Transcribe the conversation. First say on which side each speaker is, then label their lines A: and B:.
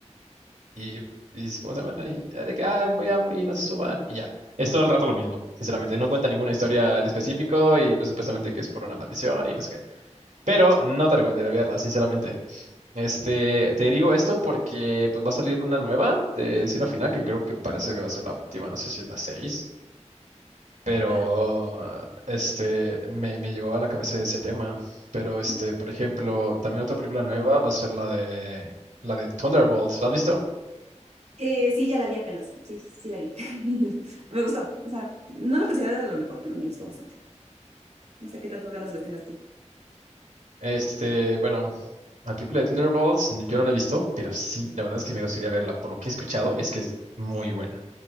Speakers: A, on the right; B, on the right.
A: Y, y ¿cómo se llama? Y ya de que "Ah, voy a morir, no se suban. Y ya. Es todo el rato lo mismo, sinceramente. No cuenta ninguna historia en específico y pues supuestamente que es por una maldición y no sé qué. Pero no te recomendaría verla, sinceramente. Este, te digo esto porque pues va a salir una nueva de Destino Final que creo que parece que va a ser la última, no sé si es la 6. Pero
B: ah,
A: este, me, me llegó a la cabeza ese tema. Pero este,
B: mm.
A: por ejemplo, también otra película nueva va a ser la de la de Thunderbolts. ¿La has visto?
B: Eh, sí, ya la vi apenas, sí, sí, sí la vi. <laughs> Me gustó, o sea, no la considero de lo mejor, pero me gustó bastante. No sé qué tantas ganas le tengas tú.
A: Este, bueno, la película de Thunderbolts n- yo no la he visto, pero sí, la verdad es que me gustaría verla. Por lo que he escuchado es que es muy buena.